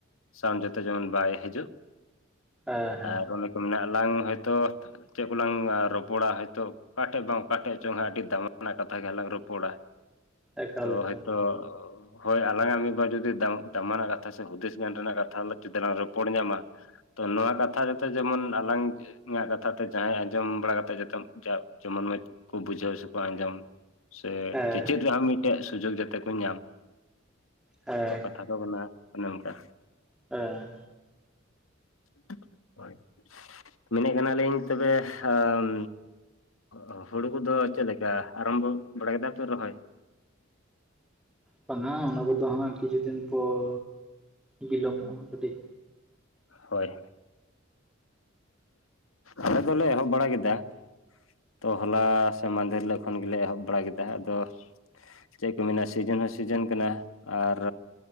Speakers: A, on the left (about 90°); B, in the centre.
A: ᱥᱟᱢᱡᱟ ᱛᱮ ᱡᱮᱢᱚᱱ ᱵᱟᱭ ᱦᱤᱡᱩᱜ
B: ᱦᱮᱸ ᱦᱮᱸ
A: ᱟᱨ ᱚᱱᱮ ᱠᱚ ᱢᱮᱱᱟᱜᱼᱟ ᱟᱞᱟᱝ ᱦᱚᱭᱛᱚ ᱪᱮᱫ ᱠᱚᱞᱟᱝ ᱨᱚᱯᱚᱲᱟ ᱦᱚᱳᱭᱛᱳ ᱚᱠᱟᱴᱷᱮᱡ ᱵᱟᱝ ᱚᱠᱟᱴᱷᱮᱡ ᱪᱚᱝ ᱦ ᱟᱹᱰᱤ ᱫᱟᱢᱟᱱᱟ ᱠᱟᱛᱷᱟ ᱜᱮᱞᱟᱝ ᱨᱚᱯᱚᱲᱟ
B: ᱮᱠᱟᱞ
A: ᱛᱚ
B: ᱮᱠᱟᱞ
A: ᱦᱚᱭ ᱛᱚ ᱦᱳᱭ ᱟᱞᱟᱝᱟᱜ ᱢᱤᱫ ᱵᱟᱨ ᱡᱩᱫᱤ ᱫᱟᱢᱟᱱᱟᱜ ᱠᱟᱛᱷᱟ ᱥᱮ ᱦᱩᱫᱤᱥ ᱜᱟᱱ ᱨᱮᱱᱟᱜ ᱠᱟᱛᱷᱟ ᱡᱩᱫᱤ ᱞᱟᱝ ᱨᱚᱯᱚᱲ ᱧᱟᱢᱟ ᱛᱚ ᱱᱚᱶᱟ ᱠᱟᱛᱷᱟ ᱡᱚᱛᱚ ᱡᱮᱢᱚᱱ ᱟᱞᱟᱝᱟᱜ ᱠᱟᱛᱷᱟ ᱛᱮ ᱡᱟᱦᱟᱸᱭ ᱟᱸᱡᱚᱢ ᱵᱟᱲᱟ ᱠᱟᱛᱮᱫ ᱡᱚᱛᱚ ᱡᱟ ᱡᱮᱢᱚᱱ ᱢᱚᱸᱡᱽ ᱠᱚ ᱵᱩᱡᱷᱟᱹᱣ ᱥᱮᱠᱚ ᱟᱸᱡᱚᱢ ᱥᱮ
B: ᱦᱮᱸ
A: ᱪᱮᱫ ᱪᱮᱫᱽ ᱨᱮᱭᱟᱜ ᱦᱚᱸ ᱢᱤᱫ ᱴᱮᱱ ᱥᱩᱡᱳᱜᱽ ᱡᱚᱛᱮ ᱠᱚ ᱧᱟᱢ
B: ᱦᱮᱸ
A: ᱛᱚ ᱠᱟᱛᱷᱟ ᱫᱚ ᱠᱟᱱᱟ ᱚᱱᱮ ᱚᱱᱠᱟ
B: ᱟᱧ
A: <inaudible> ᱦᱳᱭ ᱢᱮᱱᱮᱫ ᱠᱟᱱᱟᱞᱤᱧ ᱛᱚᱵᱮ ᱦᱟᱱ ᱚ ᱦᱩᱲᱩ ᱠᱚᱫᱚ ᱪᱮᱫ ᱞᱮᱠᱟ ᱟᱨᱟᱢᱵᱚ ᱵᱟᱲᱟ ᱠᱮᱫᱟ ᱯᱮ ᱨᱚᱦᱚᱭ?
B: ᱵᱟᱝᱟ ᱚᱱᱟ ᱠᱚᱫᱚ ᱦᱟᱸᱜ ᱠᱤᱪᱷᱩ ᱫᱤᱱ ᱯᱚᱨ ᱵᱤᱞᱚᱢᱚᱜᱼᱟ ᱠᱟᱹᱴᱤᱡ
A: ᱦᱳᱭ ᱟᱞ ᱫᱚᱞᱮ ᱮᱦᱵ ᱵᱲᱟ ᱜᱮᱫᱟ ᱛᱚ ᱦᱚᱞᱟ ᱥᱮ ᱢᱟᱦᱫᱷᱮᱨ ᱦᱤᱞᱚᱜ ᱠᱷᱚᱱ ᱜᱮᱞᱮ ᱮᱦᱚᱵ ᱵᱟᱲᱟ ᱠᱮᱫᱟ ᱟᱫᱚ ᱪᱮᱫ ᱠᱚ ᱢᱮᱱᱟ ᱥᱤᱡᱮᱱ ᱦᱚᱸ ᱥᱤᱡᱮᱱ ᱠᱟᱱᱟ? ᱟᱨ